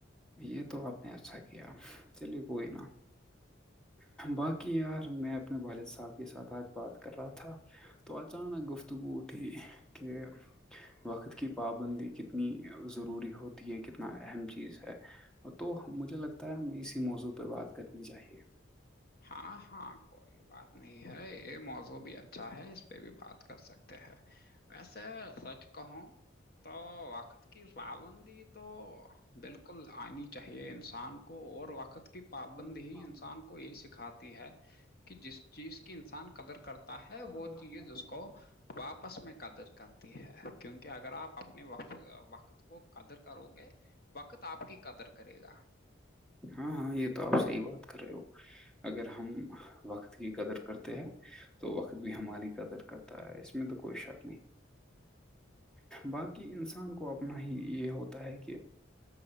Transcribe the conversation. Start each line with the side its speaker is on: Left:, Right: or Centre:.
Centre: یہ تو آپ نے اچھا کیا چلیے کوئی نا باقی یار میں اپنے والد صاحب کے ساتھ آج بات کر رہا تھا تو اچانک گفتگو اٹھی کہ وقت کی پابندی کتنی ضروری ہو یہ کتنا اہم چیز ہے تو مجھے لگتا ہے اسی موضوع پہ بات کرنی چاہیے
Left: ہاں ہاں کوئی بات نہیں ہے یہ موزو بھی اچھا ہے اس پہ بھی بات کر سکتے ہیں ویسے سچ کہوں تو وقت کی پابندی تو بالکل آنی چاہیے انسان کو اور وقت کی پابندی
Centre: نہیں
Left: ہی انسان کو یہ سکھا آتی ہے کہ جس چیز کی انسان قدر کرتا ہے
Centre: کو
Left: وہ
Centre: ہوتی
Left: چیز
Centre: ہے
Left: اس کو واپس میں قدر کرتی ہے کیونکہ اگر آپ اپنے وقت کو قدر کرو گے وقت آپ کی قدر کرے گا
Centre: ہاں ہاں یہ تو آپ صحی بات کر رہے ہو اگر ہم وقت کی قدر کرتے ہیں تو وقت بھی ہماری قدر کرتا ہے اس میں تو کوئی شک باقی انسان کو اپنا ہی یہ ہوتا ہے کہ